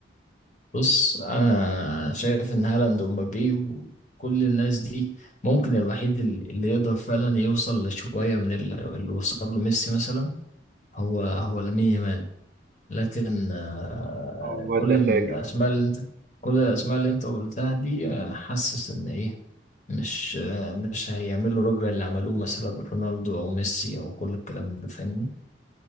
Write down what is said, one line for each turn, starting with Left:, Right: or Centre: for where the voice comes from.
Left: بص انا شايف ان هالاند ومبابي وكل الناس دي ممكن الوحيد ال- اللي يقدر فعلا يوصل لشويه من ال- اللي وصل له ميسي مثلا هو هو لامين يامال لكن آه،
Right: اه الواد
Left: كل
Right: ده
Left: الاسماء
Right: فاجر
Left: اللي انت كل الاسماء اللي انت قلتها دي آه، حاسس ان ايه مش آه، مش هيعملوا ربع اللي عملوه مثلا رونالدو او ميسي او كل الكلام ده فاهمني